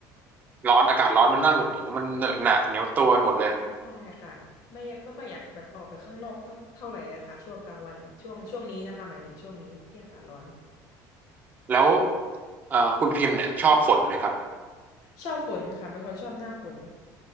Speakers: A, on the right; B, on the left.
A: ร้อนอากาศร้อนมันน่าหงุดหงิดนะมันเหนอะหนะเหนียวตัวไปหมดเลย
B: ใช่ค่ะไม่ไม่ค่อยอยากแบบออกไปข้างนอกเท่าเท่าไหร่เลยค่ะช่วงกลางวันช่วงช่วงนี้นะคะหมายถึงช่วงนี้ที่อากาศร้อน
A: แล้วเอ่อคุณพิมพ์เนี่ยชอบฝนไหมครับ
B: ชอบฝนค่ะเป็นคนชอบหน้าฝน